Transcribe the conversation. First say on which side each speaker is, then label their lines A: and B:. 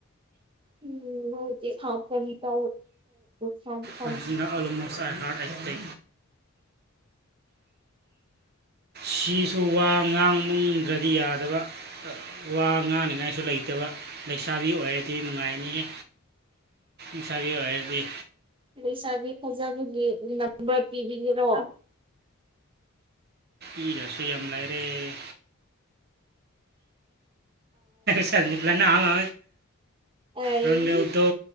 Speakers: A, on the right (about 25°); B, on the right (about 50°).
A: ꯎꯝ ꯍꯧꯗꯤ ꯊꯥꯎ ꯀꯕꯤꯇꯥ ꯐꯦ
B: ꯍꯅ ꯑꯣꯜꯃꯣꯁ ꯍꯥꯏ ꯍꯥꯠ ꯑꯦꯇ ꯁꯤꯁꯨ ꯋꯥ ꯉꯥꯡꯕꯝꯗ꯭ꯔꯗꯤ ꯌꯥꯗꯕ ꯋꯥ ꯉꯥꯡꯅꯤꯉꯥꯏꯁꯨ ꯂꯩꯇꯕ ꯂꯩꯁꯥꯕꯤ ꯑꯣꯏꯔꯗꯤ ꯅꯨꯡꯉꯥꯏꯅꯤꯦ ꯏꯁꯥꯕꯤ ꯑꯣꯏꯗꯤ
A: ꯂꯩꯁꯥꯒꯤ ꯐꯖꯕꯒꯤ ꯅꯝꯕꯔ ꯄꯤꯕꯤꯒꯔꯣꯑꯣ
B: ꯏꯤꯗꯁꯨ ꯌꯥꯝ ꯂꯩꯥꯏꯔꯦ ꯆꯅꯤꯄꯂꯅꯃ
A: ꯑꯩ
B: ꯑꯔꯟꯣꯗꯣ